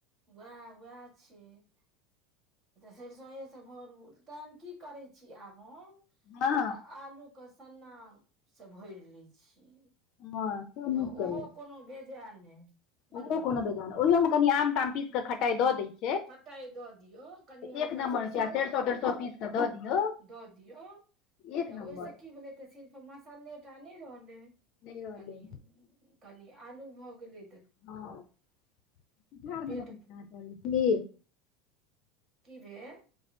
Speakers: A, on the right; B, on the left.
A: उएह उएह छैऽ सरसोए सऽ भरू ते की करै छी आब हम
B: हँ
A: तऽ आलू कऽ सन्ना सऽ भरि ले छीिय
B: <unintelligible>
A: तऽ
B: करै
A: ओहो
B: छै,
A: कोनो बेजाय नहि बड
B: ओहो
A: बढ़िआँ
B: कोनो बेजा नइ ओयो मे कनि आम ताम पीस क खटाइ दऽ दै छै
A: खटाइ दऽ दियौ
B: तऽ
A: कनि हल्का
B: एक नम्बर
A: सेरसो
B: होइ छै आ
A: ओ
B: सरिसो
A: दऽ
B: तरिसो
A: दियौ
B: पीस कऽ दऽ दियौ
A: दऽ दियौ
B: एक
A: तऽ
B: नम्बर
A: ओहिस की भेलय तऽ सि मसाले टा नइ रहल
B: नहि रहलै
A: कनि कनि आलू भऽ गेलय
B: हँ पिठारमे
A: पेट
B: लाँ चै छी
A: कि भेल